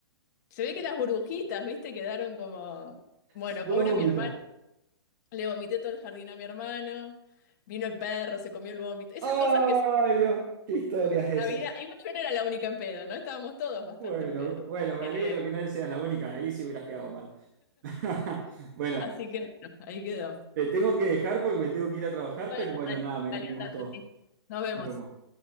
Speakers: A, on the left; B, on the right.
A: Se ve que las burbujitas, viste, quedaron como, bueno,
B: Si podés
A: pobre
B: vomitar.
A: mi hermano. Le vomité todo el jardín a mi hermano, vino el perro, se comió el vómito, esas
B: ¡Ay,
A: cosas que siempre
B: Dios! ¡Qué historias esas!
A: en la vida, igual yo no era la única en pedo, ¿no? Estábamos todos bastante
B: Bueno,
A: en pedo.
B: bueno, me
A: Eh,
B: alegro que no seas la única. Ahí sí hubieras quedado mal. <laughs> Bueno,
A: así que bueno, ahí quedó.
B: te tengo que dejar porque me tengo que ir a trabajar,
A: Bueno,
B: pero bueno,
A: dale,
B: nada, me,
A: dale,
B: me
A: andate,
B: gustó.
A: sí. Nos vemos.
B: Nos vemos.